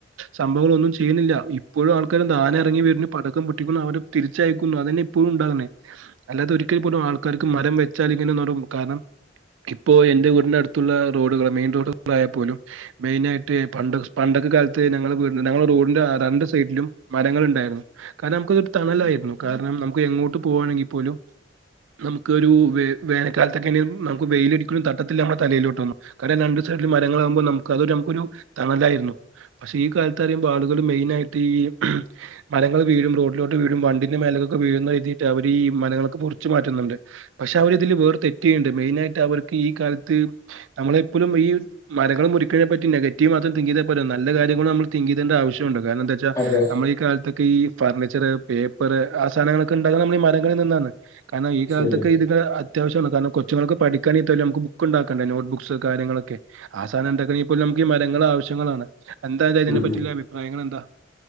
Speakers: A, on the right; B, on the left.
A: സംഭവങ്ങളൊന്നും ചെയ്യുന്നില്ല ഇപ്പ ഇപ്പോഴും ആൾക്കാരും ആന ഇറങ്ങി വരുന്നു പടക്കം പൊട്ടിക്കുന്നു അവര് തിരിച്ചയക്കുന്നു അതന്നെ ഇപ്പോഴും ഉണ്ടാകണേ അല്ലാതെ ഒരിക്കൽ പോലും ആൾക്കാർക്ക് മരം വെച്ചാ ഇങ്ങനെ നടും കാരണം ഇപ്പോ എൻന്റെ വീടിന്റെ അടുത്തുള്ള റോഡുക മെയിൻ റോഡുകള ആയ പോലും മെയിൻ ആയിട്ട് പണ്ടൊ പണ്ടത്തെ കാലത്ത് ഞങ്ങളെ വീടിൻ്റെ ഞങ്ങളെ റോഡ ൻ്റെ രണ്ട് സൈഡിലും മരങ്ങൾ ഉണ്ടായിരുന്നു കാരണം നമുക്കതൊരു തണലായിരുന്നു കാരണം നമുക്ക് എങ്ങോട്ട് പോകവാണെങ്കിൽ പോലും നമുക്ക് ഒരു വേ വേനക്കാലത്തൊക്കെ നമുക്ക് വെയിലടിക്കലും തട്ടത്തിൽ നമ്മുടെ തലയിലോട്ട് വന്നു കാരണം രണ്ട് സൈഡിൽ മരങ്ങളാകുമ്പോൾ നമു നമക്കൊരു തണലായിരുന്നു പക്ഷെ ഈ കാലത്ത് അറിയുമ്പോ ആളുകൾ മെയിനായിട്ട് ഈ മരങ്ങൾ വീഴും റോഡിലോട്ട് വീഴും വണ്ടിന്റെ മേലകക്കൊക്കെ വീഴുന്ന എഴുതിട്ട് അവര് ഈ മലങ്ങളൊക്കെ മുറിച്ച് മാറ്റുന്നുണ്ട് പക്ഷെ അവർ ഇതില് വേറെ തെറ്റുണ്ട് മെയിനായിയിട്ട് അവർക്ക് ഈ കാലത്ത് നമ്മളെപ്പോഴും ഈ മലങ്ങൾ മുറിക്കതിനെ നെഗറ്റീവ് മാത്രം തിങ്ക് ചെയ്ത പോരാ നല്ല കാര്യങ്ങളും നമ്മൾ തിങ്ക് ചെയ്യണ ആവശ്യമുണ്ട് കാരണം ദ
B: അതെ
A: നമ്മളി കാലത്തൊക്കെ ഈ ഫർണിച്ചറ് പേപ്പറ് ആ സധനങ്ങളൊക്കെണ്ടകുന്ന നമ്മൾ ഈ മരങ്ങളിൽ നിന്നാണ് കാരണം ഈ കാലത്തൊക്കെ
B: ശരിയാ.
A: ഇതൊകെ അത്യാവശ്യാണ് കാരണം കൊ കൊച്ചുങ്ങൾക്ക് പഠിക്കാനിതൊ ബുക്കി ഉണ്ടാക്കണ്ടെ നോട്ടുബുക്ക്സോ കാര്യങ്ങളൊക്കെ ആ സധനം ഉണ്ടാക്കണെങ്കി പോലും നമുക്ക് മരങ്ങൾ ആവശ്യമാണ് എന്താ അത് അതിനെ
B: ഉം
A: പറ്റിയുള്ള
B: ഉം
A: അഭിപ്രായങ്ങൾ എന്താ?